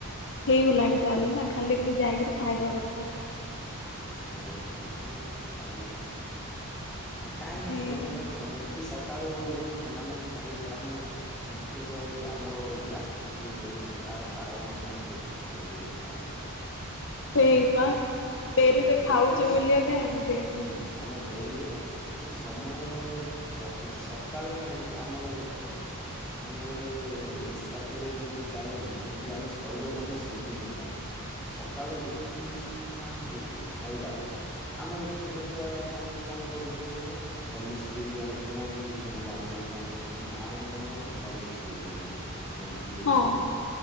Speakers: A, on the left (about 55°); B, in the centre.
A: ହେଇଗଲାଣି ତାହେଲେ ନା? ଖାଲି ଯାଇକରି ଖାଇବା କଥା।
B: ହଁ ଏବେ ଯାଇକି ଖାଲି ଖାଇବି ଆଉ। ନାଇଁ କାହିଁକି
A: ନାଇଁ
B: ନା ସମୟ ସବ ଯେତିକି ସବୁ ସକାଳୁ ମାନେ ଖାଇବେ। ଆମେ ମୁଖ୍ୟତଃ ଯୋଉ ଆମର ଗ୍ୟାଷ୍ଟ୍ରିକ୍ ଯୋଉ ହଉନାଇ। ତାର କାରଣ ହଉଛି, ଆମେ ଯେତିକି ଡେରିରେ ଖାଇବା।
A: ସେଇ
B: ନାଁ
A: ପା
B: ସେଇଟା,
A: ଡେରିରେ ଖାଉଛ
B: ଯେକୌଣସି
A: ବୋଲି ଏକା ଏମିତି
B: ହୁଁ। ଆମେ ଡେରିରେ ଖାଉ, ମାନେ ସମୟ ସ ସକାଳୁ ନାଇକି ଆମର ଦେଖ। ମାନେ ଗୋଟେ ରିସାଇକଲ ହେଇକି ଯେମିତି ଚାଲେନି କି? ସେମତି ଆମ ଶରୀର ମଧ୍ୟ ସେମିତି ହିଁ ଚାଲେ। ସକାଳୁ ଯେତିକି ଶୀଘ୍ର ଆମେ ଯେତିକି ଖାଇବା। ଆମେ ଛୋଟ ଛୁଆ ମାନଙ୍କୁ କଣ କରୁଥିଲୁ କୁହ ତ ହର୍ଲିକିସ ପିଇକି ଆମେ, ଯୋଉମାନେ ଟିଉସନ ଯାଆନ୍ତି। କଣ ଖୁଆନ୍ତି ମା ମାନେ କଣ ଖୁଆନ୍ତି। ହରଲିିକସ୍ ଖୁଆଇ ଦିଅନ୍ତି। ମ୍ୟାଗି ଟିକିଏ
A: ହଁ
B: ଖୁଆଇ ଦିଅନ୍ତି।